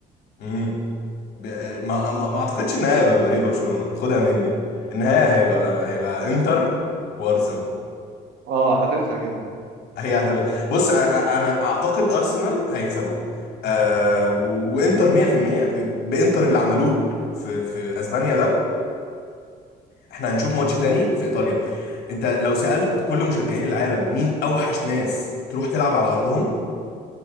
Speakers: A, on the left; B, on the right.
A: امم ب... ما... ما ما اعتقدش ان هيبقى باريس برشلونه خدها مني النهايه هيبقى هيبقى انتر وارسنال
B: اه هتنسى كده
A: هي هتبقى بص أ- أ- انا اعتقد ارسنال هيكسبوا آه و- وانتر 100% بانتر اللي عملوه في في اسبانيا ده احنا هنشوف ماتش تاني في ايطاليا انت لو سالت كل مشجعين العالم مين اوحش ناس تروح تلعب على ارضهم